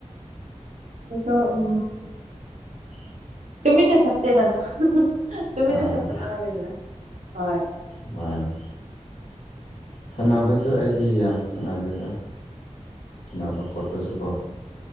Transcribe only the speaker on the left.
<unintelligible>
ꯑꯥ
ꯃꯥꯟꯅꯤ ꯁꯥꯟꯅꯕꯁꯨ ꯑꯩꯗꯤ ꯌꯥꯝ ꯁꯥꯟꯅꯗꯦꯗ ꯁꯅꯕ ꯈꯣꯠꯄꯁꯨꯀꯣ